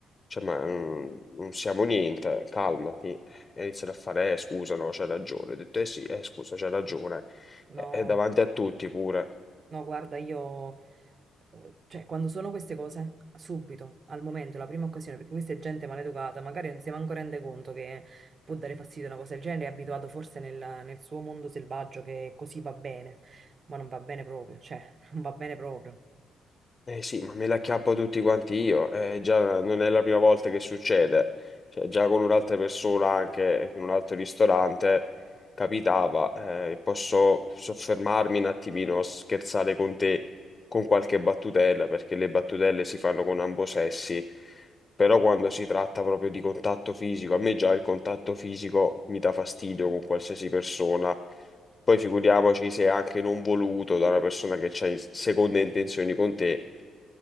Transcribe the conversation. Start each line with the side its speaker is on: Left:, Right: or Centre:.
Left: Cioè, ma mm, non siamo niente, calmati. E iniziano a fare, eh, scusa, no, c'hai ragione. Ho detto, eh sì, eh, scusa, c'hai ragione.
Right: No,
Left: E, e davanti a tutti pure.
Right: no, guarda, io, eh, cioè quando sono queste cose, subito, al momento, la prima occasione, perché questa è gente maleducata, magari non si manco rende conto che può dare fastidio una cosa del genere, è abituato forse nel, nel suo mondo selvaggio che così va bene, ma non va bene proprio, cioè <laughs> non va bene proprio.
Left: Eh sì, ma me la chiappo tutti quanti io, eh, già non è la prima volta che succede, cioè, già con un'altra persona anche in un altro ristorante capitava, eh, posso soffermarmi un attimino, scherzare con te con qualche battutella, perché le battutelle si fanno con ambosessi, però quando si tratta proprio di contatto fisico, a me già il contatto fisico mi dà fastidio con qualsiasi persona. Poi figuriamoci se è anche non voluto da una persona che ha seconde intenzioni con te,